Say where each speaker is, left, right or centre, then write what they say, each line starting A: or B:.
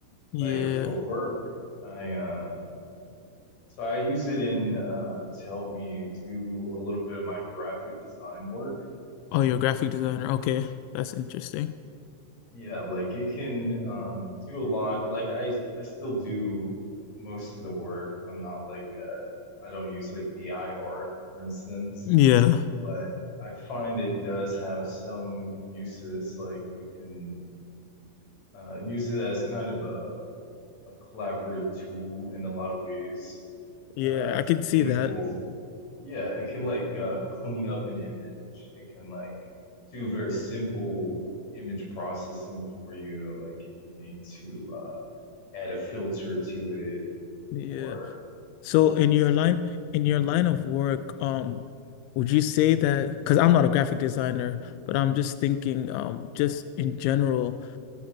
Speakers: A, on the left (about 85°); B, on the left (about 35°).
A: Yeah.
B: Like for work, I uh, so I use it in uh, to help me do a little bit of my graphic design work.
A: Oh, you're a graphic designer. Okay. That's interesting.
B: Yeah, like it can um, do a lot. Like I I still do most of the work. I'm not like uh, I don't use like AI art, for instance,
A: Yeah.
B: but I find it does have some uses. Like you can uh, use it as kind of a, a collaborative tool in a lot of ways.
A: Yeah,
B: Uh,
A: I
B: for
A: can
B: example,
A: see that.
B: Yeah, it can like uh, clean up an image. It can like do very simple image processing for you, like if you need to uh, add a filter to it
A: Yeah.
B: or
A: So
B: something
A: in your
B: simple.
A: line in your line of work, um, would you say that because I'm not a graphic designer, but I'm just thinking, um, just in general,